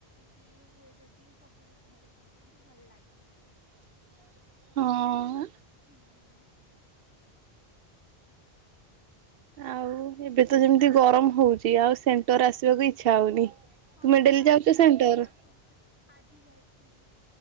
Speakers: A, on the left; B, on the right.
A: ତି ହୁଏ ଯଦି ସବୁ ଘରକୁ ଆସନ୍ତି ଭଲ ଲାଗେ।
B: ହ ହଁ।
A: ହୁଁ
B: ଆଉ ଏବେ ତ ଯେମିତି ଗରମ ହଉଛି, ଆଉ ସେମତି ଆସିବାକୁ ଇଚ୍ଛା ହଉନି ତୁମେ
A: ହଁ
B: ମିଡିଡ଼ଲେ
A: ବା ଆଜି
B: ଯାଉଛ
A: ବି
B: ସେଣ୍ଟର
A: ଖରାପ ହଉଛି। ଆଜି ଯାଇଥିଲି